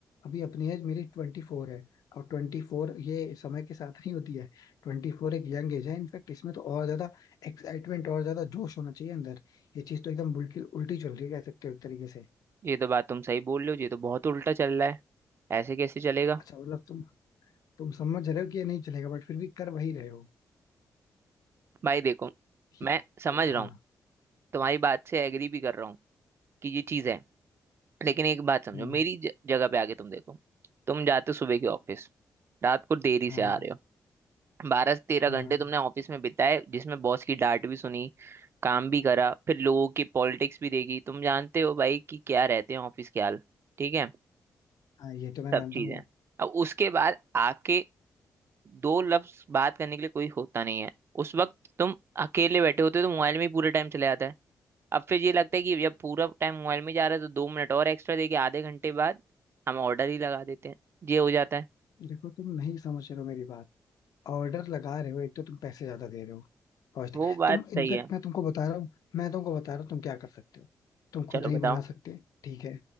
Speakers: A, on the left (about 75°); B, on the right (about 40°).
A: अभी अपनी एज मेरी ट्वेंटी फोर है और ट्वेंटी फोर ये समय के साथ नहीं होती है ट्वेंटी फोर एक यंग एज है इनफैक्ट इसमें तो और ज्यादा एक्साइटमेंट और ज्यादा जोश होना चाहिए अंदर ये चीज तो एकदम बिल्कुल उल्टी चल रही है कह सकते हो एक तरीके से
B: ये तो बात तुम सही बोल रहे हो ये तो बहुत उल्टा चल रहा है ऐसे कैसे चलेगा
A: अच्छा मतलब तुम तुम समझ रहे हो कि ये नहीं चलेगा बट फिर भी कर वही रहे हो
B: भाई देखो मैं
A: ये
B: समझ
A: चलेगा,
B: रहा
A: हाँ
B: हूँ तुम्हारी बात से एग्री भी कर रहा हूँ कि ये चीज़ है लेकिन एक बात समझो
A: हम्म
B: मेरी ज- जगह पे आके तुम देखो तुम जाते हो सुबह के ऑफिस रात को देरी
A: हाँ
B: से आ रहे हो बारह से तेरह
A: हाँ
B: घंटे तुमने ऑफिस में बिताए जिसमें बॉस की डांट भी सुनी काम भी करा फिर लोगों की पॉलिटिक्स भी देखी तुम जानते हो भाई कि क्या रहते हैं ऑफिस के हाल ठीक है
A: हाँ ये तो मैं
B: सब
A: जानता
B: चीजें
A: हूँ
B: अब उसके बाद आके दो लफ्ज बात करने के लिए कोई होता नहीं है उस वक्त तुम अकेले बैठे होते हो तो मोबाइल में ही पूरा टाइम चले जाता है अब फिर ये लगता है कि जब पूरा टाइम मोबाइल में जा रहा है तो दो मिनट और एक्स्ट्रा देके आधे घंटे बाद हम ऑर्डर ही लगा देते हैं ये हो जाता है
A: देखो तुम नहीं समझ रहे हो मेरी बात ऑर्डर लगा रहे हो एक तो तुम पैसे ज्यादा दे रहे हो पॉजिटिव
B: वो बात
A: तुम इनफैक्ट
B: सही है
A: मैं तुमको बता रहा हूँ मैं तुमको बता रहा हूँ तुम क्या कर सकते हो तुम
B: चलो
A: खुद नहीं
B: बताओ
A: बना सकते ठीक है